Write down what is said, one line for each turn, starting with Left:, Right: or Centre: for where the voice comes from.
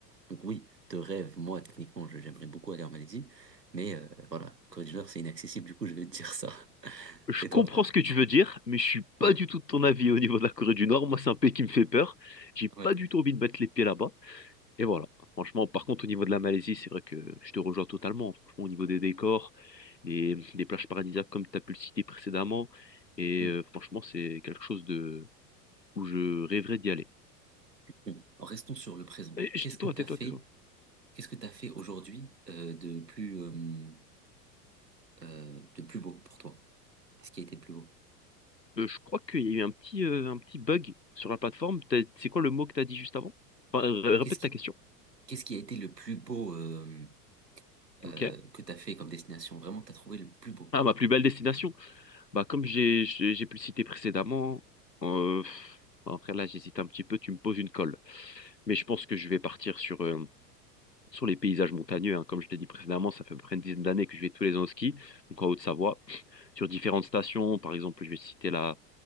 Right: Donc oui, de rêve, moi, techniquement, je- j'aimerais beaucoup aller en Malaisie, mais euh, voilà, Corée du Nord, c'est inaccessible, du coup, je vais te dire ça. <laughs>
Left: Je
Right: Et toi?
Left: comprends ce que tu veux dire, mais je suis
Right: Ouais,
Left: pas du tout de ton avis au niveau de la Corée du Nord. Moi, c'est un pays qui me fait peur. J'ai
Right: ouais.
Left: pas du tout envie de mettre les pieds là-bas. Et voilà. Franchement, par contre, au niveau de la Malaisie, c'est vrai que je te rejoins totalement. Franchement, au niveau des décors, des, des plages paradisiaques, comme tu as pu le citer précédemment. Et
Right: Hmm.
Left: euh, franchement, c'est quelque chose de où je rêverais d'y aller.
Right: Bon, restons sur le présent.
Left: Eh, je-
Right: Qu'est-ce
Left: Tais-toi,
Right: que t'as
Left: tais-toi,
Right: fait?
Left: tais-toi.
Right: Qu'est-ce que t'as fait aujourd'hui euh, de plus euh, euh, de plus beau pour toi? Qu'est-ce qui a été le plus beau?
Left: Euh, je crois qu'il y a eu un petit, euh, un petit bug sur la plateforme. T'as- C'est quoi le mot que tu as dit juste avant? Enfin, euh,
Right: Qu'est-ce
Left: répète
Right: qui
Left: ta question.
Right: qu'est-ce qui a été le plus beau euh, euh,
Left: Ok.
Right: que t'as fait comme destination? Vraiment, t'as trouvé le plus beau?
Left: Ah, ma plus belle destination. Bah, comme j'ai j'ai j'ai pu le citer précédemment, euh, pff, après là, j'hésite un petit peu, tu me poses une colle. Mais je pense que je vais partir sur, euh, sur les paysages montagneux. hein. Comme je t'ai dit précédemment, ça fait à peu près une dizaine d'années que je vais tous les ans au ski, donc en Haute-Savoie, sur différentes stations. Par exemple, je vais citer la,